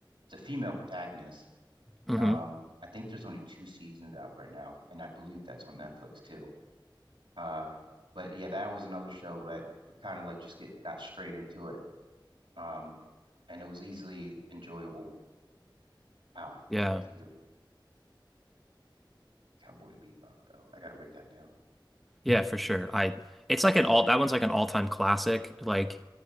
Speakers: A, on the right (about 85°); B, in the centre.
A: it's a female protagonist.
B: hmm
A: Um, I think there's only two seasons out right now, and I believe that's on Netflix too. Uh, but yeah, that was another show that kind of like just get got straight into it. Um, and it was easily enjoyable. Oh
B: Yeah.
A: man, I can't get Cowboy Bebop though. I gotta write that down.
B: Yeah, for sure. I it's like an all that one's like an all-time classic. Like